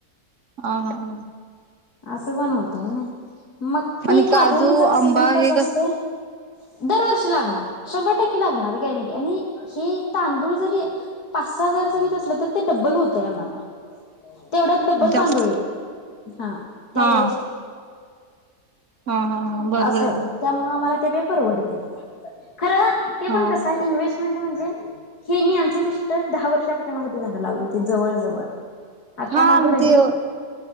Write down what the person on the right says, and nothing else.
ह हा ह.
आणि काजू
आंबा
हे
जास्त
हा
हा हा हा बरोबर
आहे की
हा
हा
मग
ते